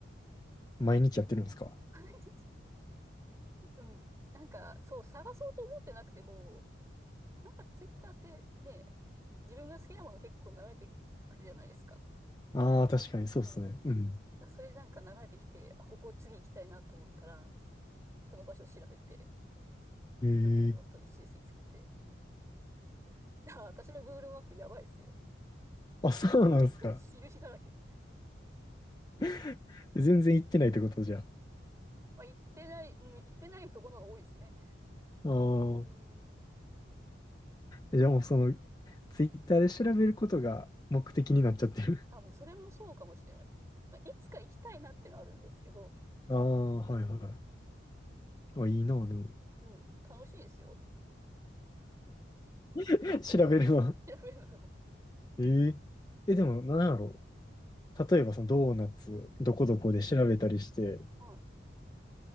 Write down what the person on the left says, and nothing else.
毎日やってるんですか
あ <laughs> あー、確かにそうっすね。
うん。
ええ
<laughs> あ、そうなんですか。
<laughs> 全然行ってないってことじゃ
あ。
ああ、じゃあもうその、ツイッターで調べることが目的になっちゃってる。
ああ、はいは
い。あ、いいな、でも。
<laughs> 調べるの。
えええ、でも、なんやろう。例えば、そのドーナツ、どこどこで調べたりして、